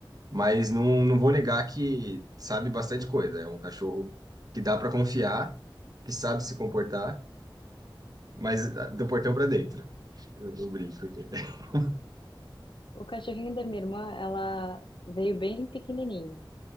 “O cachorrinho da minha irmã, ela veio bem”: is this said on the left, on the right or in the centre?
Left